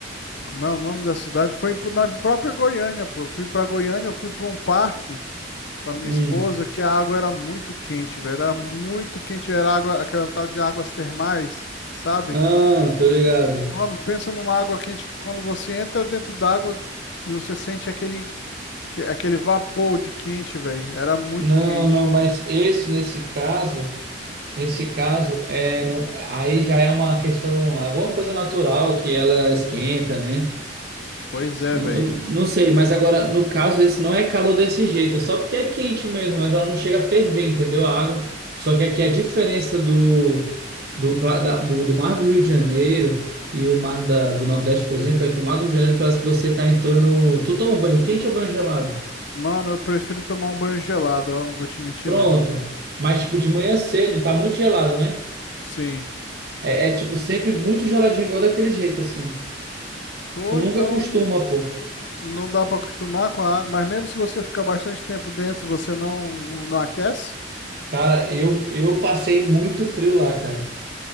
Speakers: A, on the left; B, on the right.
A: como é o nome da cidade? Foi em- na própria Goiânia, pô. Eu fui pra Goiânia, eu fui pra um parque com a minha
B: Hum.
A: esposa que a água era muito quente, velho. Era muito quente, era água, aquela tal de águas termais, sabe?
B: Ah, tô ligado.
A: Mano, pensa numa água quente que quando você entra dentro d'água que você sente aquele Que- Aquele vapor de quente, velho. Era muito
B: Não,
A: quente.
B: não, mas esse nesse caso, nesse caso é não, aí já é uma questão, alguma coisa natural que ela esquenta, né?
A: Pois é,
B: Eu-
A: velho.
B: eu não sei, mas agora no caso esse não é calor desse jeito, é só porque é quente mesmo, mas ela não chega a ferver, entendeu? A água. Só que aqui a diferença do do, pla- da- do, do mar do Rio de Janeiro e o mar da, do Nordeste, por exemplo, é que o mar do Rio de Janeiro parece que você tá entrando, tu toma banho quente ou banho gelado?
A: Mano, eu prefiro tomar um banho gelado, ó. Não vou te mentir,
B: Pronto.
A: não.
B: Mas, tipo, de manhã cedo, tá muito gelado, né?
A: Sim.
B: É, é, tipo, sempre muito geladinho, igual daquele jeito, assim.
A: Pô,
B: Tu nunca
A: então
B: costuma, pô.
A: não dá pra acostumar com a água. Mas mesmo se você ficar bastante tempo dentro, você não, não não aquece?
B: Cara, eu, eu passei muito frio lá, cara.